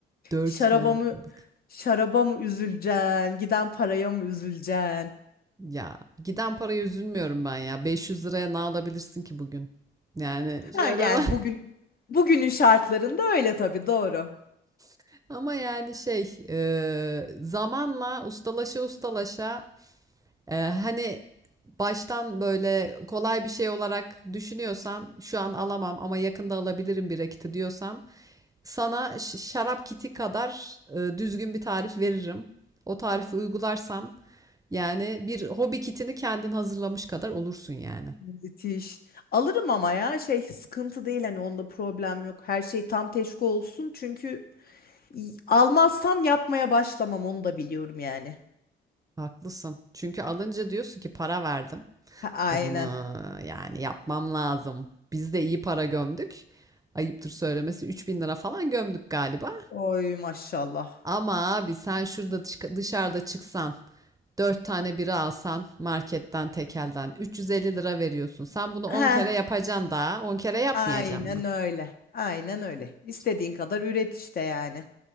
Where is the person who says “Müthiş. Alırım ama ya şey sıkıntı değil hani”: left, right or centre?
Left